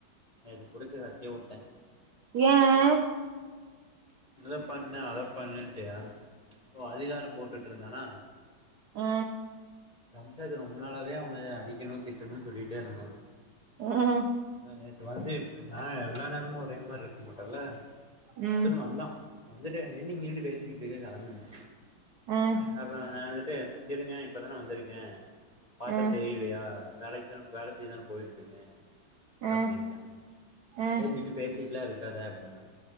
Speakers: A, on the left (about 40°); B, on the right (about 70°).
A: நேத்து புடிச்சு கத்தி வுட்டே
B: ஏன்
A: இத பண்ணு அத பண்ணுன்ட்டு ஓ அதிகாரம் போட்டுட்ருந்தானா
B: ஆ
A: ரம்சது ரொம்ப நாளாவே அவன அடிக்கணு திட்டணுன் சொல்லிட்டேருந்தோ
B: ம்
A: இப்ப நேத்து வந்து எப்டினா எல்லா நேரமு ஒரே மாறிருக்க மாட்டேல்ல
B: ம்
A: எத்துனு வந்தான் வந்துட்டு என்ன இங்க நின்னு பேசிட்ருக்க கெளம்புன்னா
B: ஆ
A: அப்றம் நா வந்துட்டு இருங்க இப்பதான வந்துருக்கே பாத்தா
B: ஆ
A: தெரி லியா வேலைக்குதான வேல செய்தான போய்ட்ருக்கே
B: ஆ
A: அப்டின்ன
B: ஆ
A: சரி நின்னு பேசிட்ல்லா இருக்காத அப்டினா